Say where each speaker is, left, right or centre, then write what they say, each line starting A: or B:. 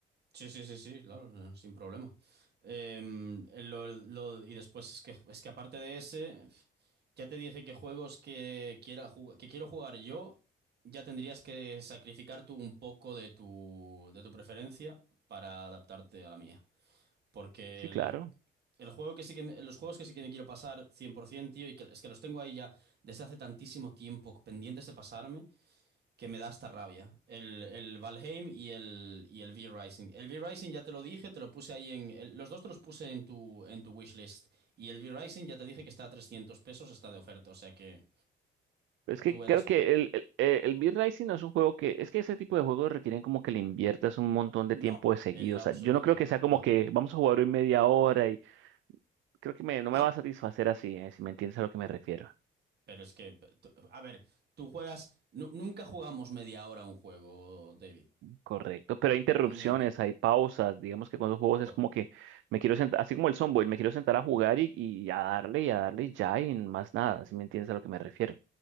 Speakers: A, on the right; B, on the right.
A: Sí, sí, sí, sí, claro, no, sin problema. Em, el- lo- lo- y después es que, es que aparte de ese, ya te dije que juegos que quiera jug- que quiero jugar yo, ya tendrías que sacrificar tú un poco de tu, de tu preferencia para adaptarte a la mía. Porque
B: Sí,
A: el,
B: claro.
A: el juego que sí que me- los juegos que sí que me quiero pasar 100%, tío, y que es que los tengo ahí ya desde hace tantísimo tiempo pendientes de pasarme. que me da hasta rabia. El, el Valheim y el, y el V-Rising. El V-Rising ya te lo dije, te lo puse ahí en... el- los dos te los puse en tu, en tu wishlist. Y el V-Rising ya te dije que está a 300 pesos, está de oferta. O sea que
B: Es que
A: tú verás...
B: creo que el, el, eh, el Beat Racing no es un juego que, es que ese tipo de juegos requieren como que le inviertas un montón de
A: No,
B: tiempo de seguido.
A: en lo
B: O
A: absoluto.
B: sea, yo no creo que sea como
A: No.
B: que vamos a jugar hoy media hora y creo que me- no
A: Ah,
B: me va a satisfacer así, eh, si me entiendes a lo que me refiero.
A: pero es que... tú- A ver, tú juegas... nu- nunca jugamos media hora a un juego, David.
B: Correcto, pero hay interrupciones,
A: Nunca.
B: hay pausas, digamos que con los juegos es
A: Po-
B: como que me quiero sentar, así como el Somboy, me quiero sentar a jugar y, y a darle y a darle y ya y más nada, si me entiendes a lo que me refiero.